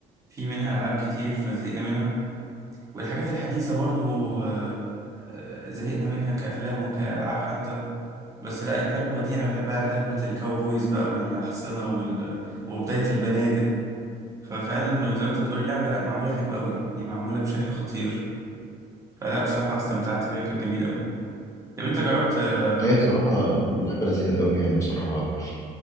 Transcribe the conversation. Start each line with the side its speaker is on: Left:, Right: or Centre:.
Right: في منها العاب كتير فزهقنا منها والحاجات الحديثه برضو آه، آه، زهقنا منها كافلام وكالعاب حتى بس لا الحقبه دي انا بحبها حقبه الكاوبويز بقى والاحصنه وال... وبدايه البنادق ففعلا وزي ما انت بتقول اللعبه لا معموله حلوه قوي يعني معموله بشكل خطير فلا بصراحه استمتعت بيها كانت جميله قوي طب انت جربت آه،
Left: هي بصراحة لعبة لذيذة قوي يعني بصراحة